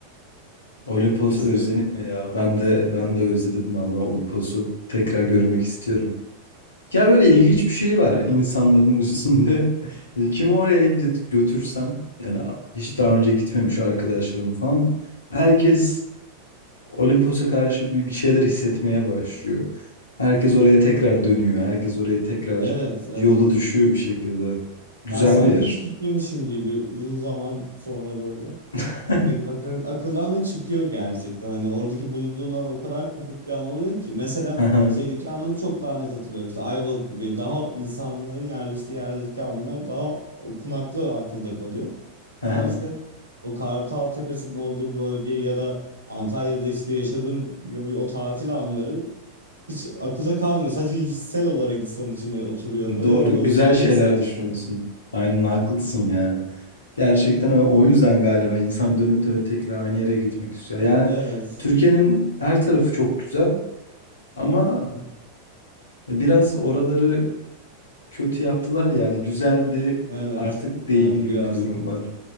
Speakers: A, on the left (about 70°); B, on the right (about 85°).
A: Olimpos
B: <laughs> Bunu istiyorum.
A: özleniyor ya. Ben de ben de özledim vallahi Olimpos'u. Tekrar görmek
B: Evet.
A: istiyorum. Ya böyle ilginç bir şey var insanların üstünde. <laughs> E, Kimi oraya git- götürsem yani a- hiç
B: <laughs>
A: daha önce gitmemiş arkadaşlarım falan herkes Olimpos'a karşı bir, bir şeyler hissetmeye başlıyor. Herkes oraya tekrar dönüyor. Herkes oraya tekrar
B: Evet, evet.
A: yolu düşüyor bir şekilde. Güzel
B: Ben sanki
A: bir yer.
B: hiç gitmemişim gibi uzun zaman sonra böyle.
A: <laughs>
B: A- yak- ak- Akıldan da çıkıyor gerçekten. Hani oradaki bulunduğundan o kadar kopuk bir an oluyor ki. Mesela
A: Aha,
B: şeydeki anımı çok daha net hatırlıyorum. İşte Ayvalık gibi daha insanların yerleştiği yerdeki anlar daha okunaklı akılda kalıyor.
A: aha.
B: Ama işte o Kartal Tepesi'nin olduğu bölge ya da Antalya'da işte yaşadığım gibi o tatil anları hiç akılda kalmıyor. Sadece hissel olarak insan içine oturuyor böyle
A: Doğru,
B: ve onu
A: güzel
B: özlüyor
A: şeyler
B: insan
A: düşünüyorsun.
B: yani.
A: Aynen haklısın ya. Gerçekten o, o yüzden galiba insan dönüp dönüp tekrar aynı yere gitmek istiyor. Yani
B: Evet.
A: Türkiye'nin her tarafı çok güzel ama
B: <laughs>
A: e, biraz oraları kötü yaptılar yani güzeldi
B: Evet,
A: artık değil
B: evet
A: gibi
B: birazcık
A: bir durum var.